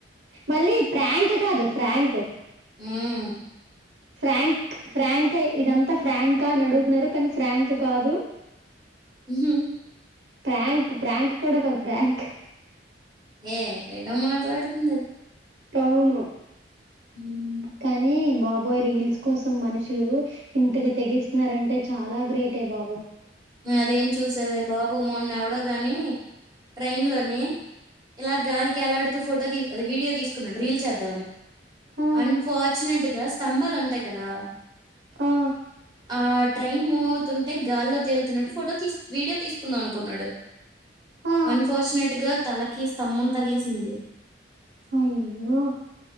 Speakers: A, on the right; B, on the right.
A: మళ్ళీ ప్రాంక్ కాదు ఫ్రాంక్
B: మ్మ్
A: ఫ్రాంక్ ఫ్రాంక్ ఇదంతా ఫ్రాంకా అని అడుగుతున్నారు కానీ ఫ్రాంక్ కాదు
B: హ
A: పాంక్ ప్రాంక్ కూడా కాదు ఫ్రాంక్
B: ఏటేటో మాట్లాడుతుంది అది
A: అవును
B: హ్మ్.
A: కానీ బ బాబోయ్ రీల్స్ కోసం మనుషులు ఇంతకి తెగిస్తున్నారంటే చాలా గ్రేటే బాబో
B: అదేం చూసావే బాబు మొన్న ఎవడో గాని ట్రైన్ లోని ఇలా గాలికి ఏలాడుతూ ఫోటో తీసుకొని వీడియో తీసుకున్నాడు రీల్స్ చేద్దామని
A: ఆ,
B: అన్ఫార్చునేట్గా స్తంభాలు ఉంటాయి కదా
A: ఆ,
B: ఆ ట్రైన్ మూవ్ అవుతుంటే గాల్లో తేలు తున్నట్టు ఫోటో తీస్ వీడియో తీసుకుందాం అనుకున్నాడు
A: ఆ.
B: అన్ఫార్చునేట్ గా తలకి స్తంభం తగిలేసింది
A: అయ్యయ్యో